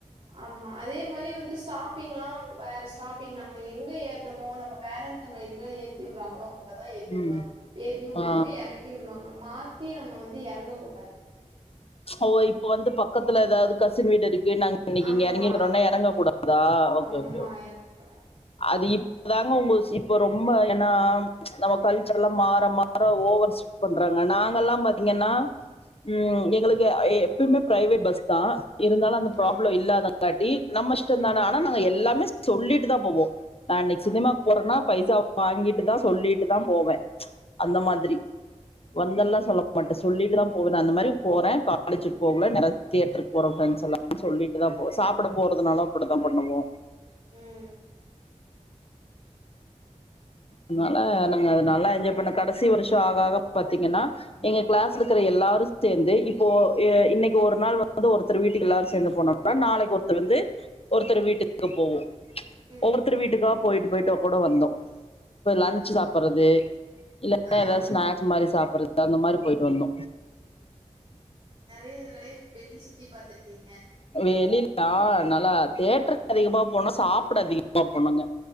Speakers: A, on the right; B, on the left.
A: ஆமா அதே மாரி வந்து ஸ்டாப் பிங்லா வேற ஸ்டாப்பிங் நம்ம எங்க ஏறணுமோ நம்ம பேரன்ட்ஸ் நம்மள எங்க ஏத்தி விட்றாங்களோ அங்க தா ஏத்தி
B: ம்
A: விடுவாங்க ஏத்தி விடுவாங்க
B: ஆ
A: இறக்கியு விடுவாங்க மாத்தி நம்ம வந்து எறங்கக்கூடாது
B: ஓ இப்ப வந்து பக்கத்துல ஏதாவது கசின் வீடு இருக்கு நாங்க இன்னிக்கி
A: ஆமா
B: இங்க எறங்கிக்குறோன்னா எறங்க கூடாதா ஓக்கே
A: ஆமா
B: ஓக்கே ஒக்கே
A: எறக்க கூடாது
B: அது இப் அதாங்க உங்க ஸ் இப்ப ரொம்ப ஏன்னா நம்ம கல்ச்சர் எல்லா மாற மாற ஓவர் பண்றாங்க நாங்கல்லா பாத்திங்கன்னா ம் எங்குளுக் து எப்பயுமே பிரைவேட் பஸ்தா இருந்தாலு அந்த
A: ம்
B: ப்ராப்ளம் இல்லாதங் காட்டி நம்ம இஷ்டோந்தான
A: ம்
B: ஆனா நாங்க எல்லாமே சொல்லிட்டுதா போவோ நா இன்னைக்கி
A: ஆ
B: சினிமா போறனா பைசா வாங்கிட்டுதா சொல்லிட்டுதா போவே, அந்த
A: ஆ
B: மாதிரி வந்தெல்லா சொல்ல மாட்டே சொல்லிட்டுதா போவே, நா அந்த மாதிரி போறே காலேஜ்க்கு போ குள்ள
A: ம்
B: நேர தேட்டருக் ஒரு ஃப்ரெண்ட்ஸ் எல்லா சொல்லிட்டுதா போவோ சாப்பிட போறதுனாலு அப்படிதா பண்ணுவோ
A: ம்
B: அதனால நாங்க நல்ல என்ஜாய் பண்ண, கடைசி வருஷ ஆக ஆக பாத்தீங்கனா எங்க கிளாஸ் இருக்கிற எல்லாரு சேந்து இப்போ இ இன்னைக்கி ஒரு நாள் வந்து ஒருத்தர் வீட்டுக்கு எல்லாரு சேந்து போனா னா நாளைக்கு ஒருத்தர் வந்து ஒருத்தர் வீட்டுக்கு போவோ
A: ம்
B: ஒவ்வொருத்தர் வீட்டுக்கா போயிட்டு போயிட்டு கூட வந்தோ போய் லன்ச்
A: ஆ
B: சாப்பட்றது இல்லன்னா
A: ஆ
B: ஏதாவது ஸ்நாக்ஸ் மாரி சாப்பட்றது அந்த மாரி போயிட்டு வந்தோ
A: நெறைய நெறைய வெளிய சுத்தி பாத்துருக்கீங்க
B: வெளில ஆ, நல்லா தேட்டருக்கு அதிகமா போனோ, சாப்பட அதிகமா போனோங்க